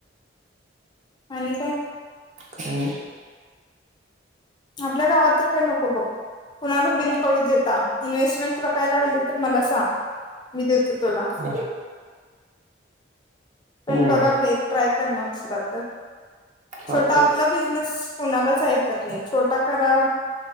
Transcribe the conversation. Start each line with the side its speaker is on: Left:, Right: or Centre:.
Left: आणि काय
Right: काय
Left: आपल्या गावात तर काही नको बघ कुणाला बिन कळू देता इन्व्हेस्टमेंट पहियला वेज तर मला सांग मी देतो तुला
Right: नाही
Left: पण
Right: हम्म
Left: बघा वेग ट्राय करणार आसला तर
Right: चालतंय
Left: छोटा आपलं बिझनेस कोणालच ऐकत नाही छोटा करा